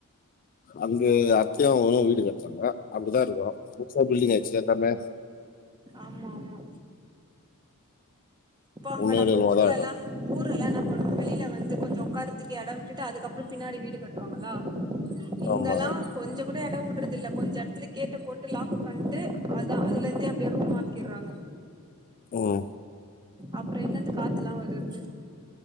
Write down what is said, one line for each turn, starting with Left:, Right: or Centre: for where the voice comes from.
Left: அங்க அத்தையாவங்களு வீடு கட்டுறாங்க அப்படித்தான் இருக்கம் புதுசா பில்டிங் ஆயிடுச்சுல எல்லாமே
Right: ஆமா ஆமா போங்க
Left: ஒன்னு
Right: நம்ம
Left: இடமா
Right: ஊர்லல்லா
Left: தான் ஆயிடும்
Right: ஊரு ஏன்னா பண்ணும் வெளில வந்து கொஞ்சோ உக்காரத்துக்கு இடம் விட்டுட்டு அதுக்கப்புறோ பின்னாடி வீடு கட்டுவாங்களா இங்கெல்லா
Left: ஆமா
Right: கொஞ்சோ கூட இடம் விடுறது இல்ல கொஞ்சோ இடத்துல கேட்ட போட்டு லாக் பண்ணிட்டு அதான் அதுல இருந்தே அப்டியே ரூட் மாத்திரங்க
Left: உம்
Right: அப்புறோ எங்க இருந்து காத்துலா வர்றது